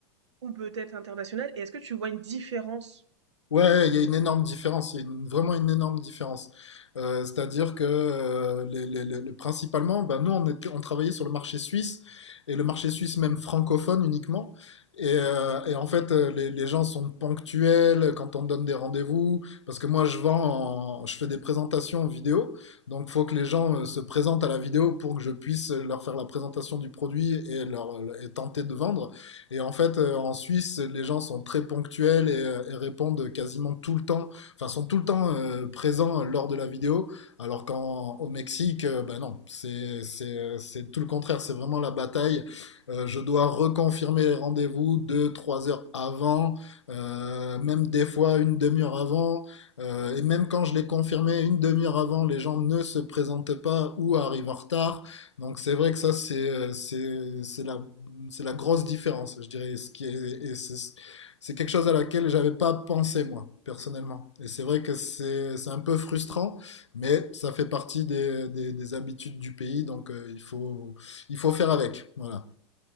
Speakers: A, on the right; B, on the left.
A: Ou peut-être international et est-ce que tu vois une différence?
B: Ouais, il y a une énorme différence, il y a une- vraiment une énorme différence. Euh, c'est-à-dire que euh, les- les- les- les- principalement, ben, nous, on, était- on travaillait sur le marché suisse, et le marché suisse même francophone uniquement. Et, euh, et en fait, euh, les, les gens sont ponctuels quand on donne des rendez-vous, parce que moi, je vends, en- je fais des présentations vidéo, donc il faut que les gens euh, se présentent à la vidéo pour que je puisse leur faire la présentation du produit et, leur, et tenter de vendre. Et en fait, euh, en Suisse, les gens sont très ponctuels et, euh, et répondent quasiment tout le temps, enfin, sont tout le temps euh, présents lors de la vidéo, alors qu'au Mexique, euh, ben non, c'est c'est- euh, c'est tout le contraire, c'est vraiment la bataille. Euh, je dois reconfirmer les rendez-vous deux, trois heures avant, euh, même des fois une demi-heure avant. Euh, et même quand je l'ai confirmé une demi-heure avant, les gens ne se présentent pas ou arrivent en retard. Donc c'est vrai que ça, c'est euh, c'est c'est la c'est la grosse différence, je dirais. Ce qui est, et c'est, quelque chose à laquelle j'avais pas pensé moi personnellement. Et c'est vrai que c'est, c'est un peu frustrant, mais ça fait partie des, des, des habitudes du pays, donc euh, il faut il faut faire avec. Voilà.